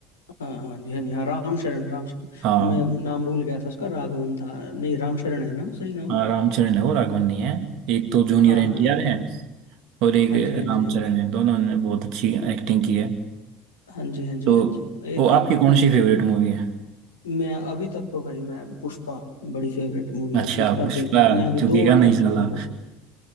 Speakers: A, on the left; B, on the right.
A: हाँ हाँ जी हाँ जी हाँ राम शरण राम शरण
B: हाँ
A: मैं नाम भूल गया था उसका राघवन था नहीं राम शरण है ना सही नाम
B: हाँ, रामचरण है और राघवन नहीं है एक तो जूनियर
A: हाँ
B: एनटीआर
A: हाँ हाँ
B: है
A: हाँ
B: और एक
A: हाँ जी हाँ
B: रामचरण
A: जी हाँ जी
B: है दोनों ने बहुत अच्छी एक्टिंग की है
A: हाँ जी हाँ जी
B: तो
A: हाँ जी एक
B: वो आपकी कौन सी फेवरेट मूवी है
A: मैं अभी तक तो भाई मैं पुष्पा बड़ी फेवरेट मूवी
B: अच्छा
A: है पुष्पा
B: पुष्पा
A: देख मैं अभी
B: झुकेगा
A: दो बार
B: नहीं
A: देख चुका
B: साला
A: हूँ पुष्पा